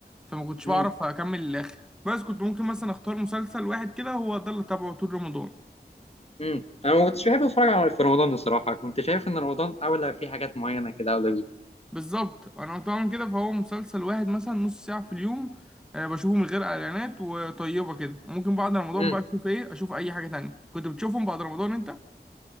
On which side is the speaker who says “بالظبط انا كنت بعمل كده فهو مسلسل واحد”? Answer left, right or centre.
Centre